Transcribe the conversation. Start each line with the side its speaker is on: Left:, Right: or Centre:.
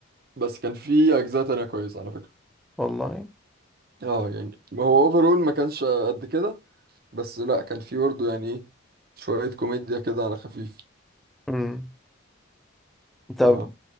Right: بس كان في اجزاء تانية كويسة على فكرة
Centre: والله
Right: اه يعني هو اوفرول ما كانش قد كده بس لا كان في برضه يعني ايه شوية كوميديا كده على خفيف
Centre: امم طب
Right: ف